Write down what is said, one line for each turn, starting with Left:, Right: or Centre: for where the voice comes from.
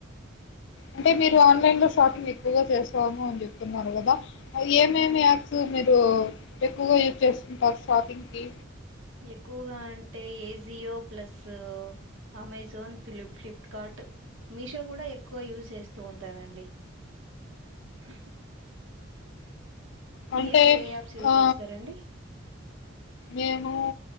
Left: అంటే మీరు ఆన్లైన్లో షాపింగ్ ఎక్కువగా చేస్తాము అని చెప్తున్నారు కదా. అ
Right: అవును
Left: ఏమేమి ఆర్ట్స్ మే తో ఎక్కువగా యూజ్ చేస్తుంటారు షాపింగ్ కి
Right: ఎక్కువగా అంటే ఏజియో ప్లస్, అమెజాన్ పిలిప్ట్ ఫ్లిప్కార్ట్, మీషో కూడా ఎక్కు కో యూజ్ చేస్తూ ఉంటానండి. ఉహు
Left: అంటే
Right: మీరు ఏ యాప్స్ యూజ్
Left: ఆ
Right: చేస్తారండి?
Left: మేము